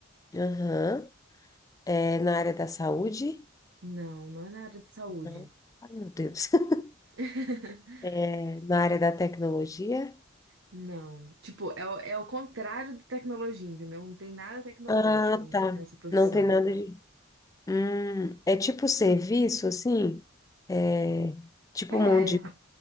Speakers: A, on the left; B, on the right.
A: Aham. É na área da saúde?
B: Não, não é na área de saúde.
A: Não. Ai, meu Deus. <laughs>
B: <laughs>
A: É na área da tecnologia?
B: Não. Tipo, é, o- é o contrário da tecnologia, entendeu? Não tem nada tecnológico
A: Ah, tá.
B: nessa profissão.
A: Não tem nada de... Hum, é tipo serviço, assim? É tipo
B: É,
A: mão de...